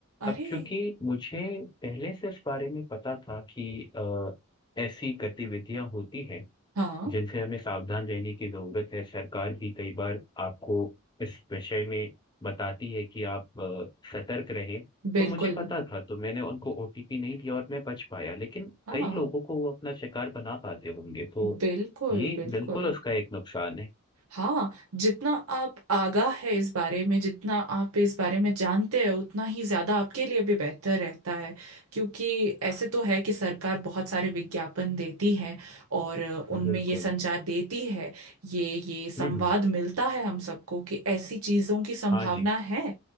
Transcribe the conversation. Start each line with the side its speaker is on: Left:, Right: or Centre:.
Left: अब
Right: अरे
Left: क्योंकि मुझे पहले से इस बारे में पता था कि अ, ऐसी गतिविधियां होती हैं
Right: हाँ
Left: जिनसे हमें सावधान रहने की जरूरत है सरकार भी कई बार आपको इस विषय में बताती है कि आप अ, सतर्क रहें
Right: बिल्कुल
Left: तो मुझे पता था तो मैंने उनको ओटीपी नहीं दिया और मैं बच पाया लेकिन
Right: हाँ
Left: कई लोगों को वो अपना शिकार बना पाते होंगे तो
Right: बिल्कुल
Left: ये
Right: बिल्कुल
Left: बिल्कुल उसका एक नुकसान है
Right: हाँ जितना आप आगाह है इस बारे में जितना आप इस बारे में जानते हैं उतना ही ज्यादा आपके लिए भी बेहतर रहता है क्योंकि ऐसे तो है कि सरकार बहुत सारे विज्ञापन देती है और उनमें
Left: बिल्कुल
Right: ये संचार देती है ये ये संवाद
Left: हम्म हम्म
Right: मिलता है हम सबको कि ऐसी चीजों की संभावना
Left: हाँ जी
Right: है